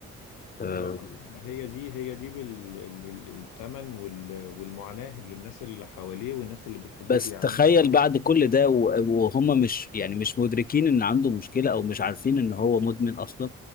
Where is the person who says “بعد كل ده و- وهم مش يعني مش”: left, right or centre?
Left